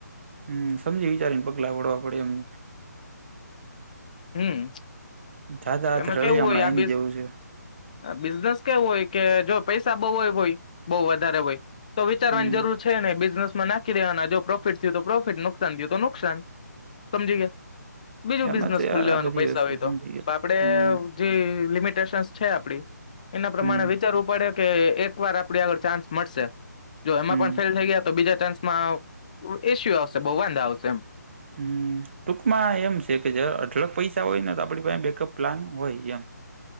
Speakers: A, on the right; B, on the left.
A: હમ સમજી વિચારી ને પગલાં ભરવા પડે એમ.,
B: હમ
A: જાદા
B: તો
A: હાથ
B: એમાં
A: રળિયા
B: કેવું હોય
A: હમણાં
B: આ
A: એની
B: બિસ,
A: જેવું છે
B: બિઝનેસ કેવું હોય કે જો પૈસા બઉ જ હોય બવ વધારે હોય., તો વિચારવાની
A: હમ
B: જરૂર છે નઈ બિઝનેસ માં નાખી દેવાના જો પ્રોફિટ થયું તો પ્રોફિટ નુકસાન થયું તો નુકસાન., સમજી ગયા બીજું
A: એમાં
B: બિઝનેસ
A: તો
B: ખોલી
A: યાર
B: લેવાનું
A: આ બધી
B: પૈસા
A: વસ્તુ
B: હોય તો
A: સમજી ગયા
B: આપડે,
A: હમ
B: જે લિમિટેશન્સ છે આપડી એના પ્રમાણે
A: હમ
B: વિચારવું પડે,. કે એક વાર આપડે ચાન્સ મળશે, જો એમાં
A: હમ
B: પણ ફેલ થઈ ગયા તો ચાન્સમાં, ઇશયુ આવશે, બહુ વાંધા આવશે એમ,
A: હમ ટૂંકમાં એમ છે કે જ અઢળક પૈસા હોય ને તો આપડી પાસે બેકઅપ પ્લાન હોય એમ,